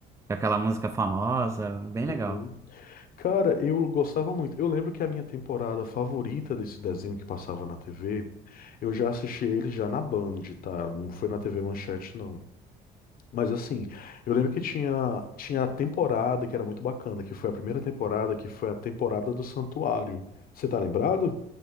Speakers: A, on the right; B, on the left.
A: aquela música famosa, bem
B: Uhum.
A: legal.
B: Cara, eu gostava muito. Eu lembro que a minha temporada favorita desse desenho que passava na TV, eu já assisti ele já na Band, tá? Não foi na TV Manchete, não. Mas assim, eu lembro que tinha, tinha a temporada que era muito bacana, que foi a primeira temporada, que foi a temporada do Santuário. Você tá lembrado?